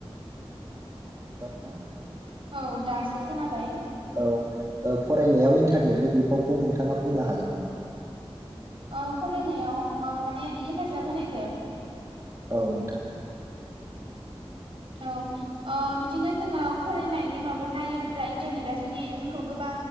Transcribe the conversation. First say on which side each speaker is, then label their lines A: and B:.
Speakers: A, on the right; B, on the right.
A: <unintelligible>
B: औ दासो खोनाबाय।
A: औ ओ फरायनायाव इन्टारनेटनि बिफावखौ नोंथाङा बुंनो हागोन नामा?
B: ओ फरायनायाव ओ माने हेफाजाब होनायखो?
A: औ नोंथां।
B: औ ओ बिदिनो जोङो फरायनायनि माबायाव नायोब्ला इन्टारनेटआ जोंनि जोंखौ गोबां